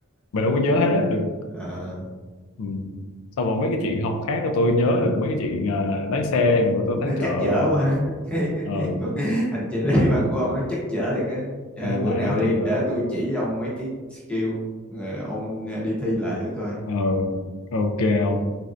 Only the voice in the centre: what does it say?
ờ,
nó
chắc
chở quá <laughs> cái,
cái cuộc hành trình lấy bằng của ông nó chắc chở thì cái ờ,
bữa
nào đi
để
tôi chỉ ông mấy cái skill rồi ông đi thi lại thử coi